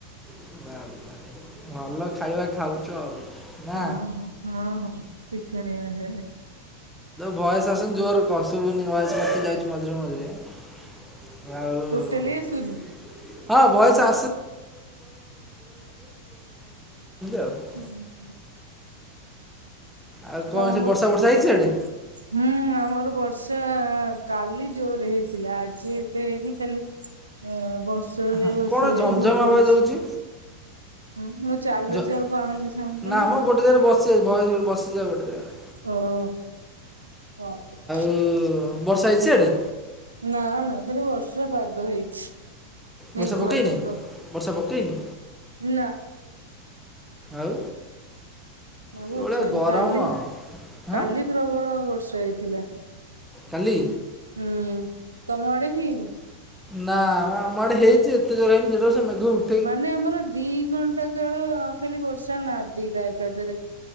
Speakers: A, in the centre; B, on the right.
A: <unintelligible> ଭଲ ଖାଇବା ଖାଉଛ ଆଉ। ନା
B: ହଁ ହଁ ହଁ ହଁ ଚିକିଣିଆ ଖାଇବା।
A: ଭଏସ ଆସନି ଜୋର କହ ସୁଭୁନି ଭଏସ କଟି ଯାଉଛି ମଝରେ ମଝରେ। ହଉ।
B: ଟୋଟାଲି ଆସୁନି?
A: ହଁ ବୟସ <unintelligible>
B: ହୁଁ ହୁଁ।
A: ଆଉ
B: <unintelligible>
A: କ'ଣ
B: କୁହ?
A: ସେ ବର୍ଷା ବର୍ଷା ହେଇଛି ସିଆଡ଼େ
B: ହୁଁ ଆମର ବର୍ଷା କାଲି ଜୋରେ ହେଇଥିଲା ଆଜି ଏତେ ହେଇନି ଖାଲି? ହ ବର୍ଷରେ
A: ହଁ,
B: ବର୍ଷରେ
A: କ'ଣ ଝମଝମ
B: ଘୋଟେଇଛି।
A: ଆବାଜ ହେଉଛି
B: ହୁଁ, ମୁଁ ଚାଲୁଛି
A: ଝ-
B: ଆଉ ପାଉଁଜି ଶବ୍ଦ
A: ନା
B: ହବନି।
A: ମ ଗୋଟେ ଜାଗାରେ ବସି ଭୟସ ଭ ବସି ଯା ଗୋଟେ ଜାଗାରେ।
B: ଓହୋ ହଉ ହଉ।
A: ହୁଁ। ବର୍ଷା ହେଇଛି ସିଆଡେ?
B: ନା ନା ଖାଲି ବର୍ଷା ପାଗ ହେଇଛି। ମେଘୁଆ
A: ବର୍ଷା ପକେଇନି
B: ପାଗ।
A: ବର୍ଷା ପକେଇନି।
B: ନା
A: ଆଉ।
B: ନା ବର୍ଷା
A: ଯୋଉଭଳିଆ
B: ହେଇନି
A: ଗରମ
B: କାଲି
A: ହଁ
B: କାଲି ପ୍ରବଳ ବର୍ଷା ହେଇଥିଲା।
A: କାଲି?
B: ହୁଁ, ତମ ଆଡେ ହେଇନି?
A: ନା ଆମ ଆଡେ ହେଇଛି ଯେ ଏତେ ଜୋର ହେଇନି ଯେତେବେଳେ ସେ ମେଘ ଉଠେ
B: ମାନେ ଆମର ଦି ଘଣ୍ଟା ଦି ଘଣ୍ଟା କାଳ ଖାଲି ବର୍ଷା ନାଦିଲା ଏକାଥରେ